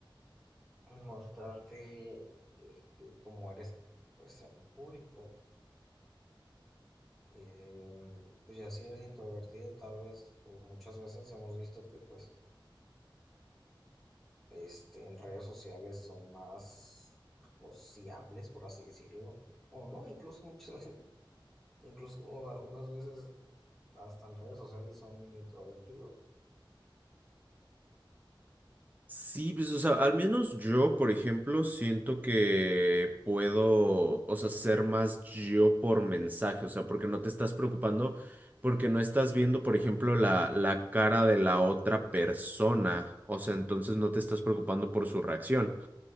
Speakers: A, in the centre; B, on the right.
A: en mostrarte este, como eres pues en público. Eh, mm, pues ya si eres introvertido, tal vez, o muchas veces hemos visto que pues este, en redes sociales son más sociables, por así decirlo, o no, incluso muchas, <laughs> incluso algunas veces hasta en redes sociales son introvertidos.
B: Sí, pues, o sea, al menos yo, por ejemplo, siento que puedo, o sea, ser más yo por mensaje, o sea, porque no te estás preocupando, porque no estás viendo, por ejemplo, la, la cara de la otra persona, o sea, entonces no te estás preocupando por su reacción.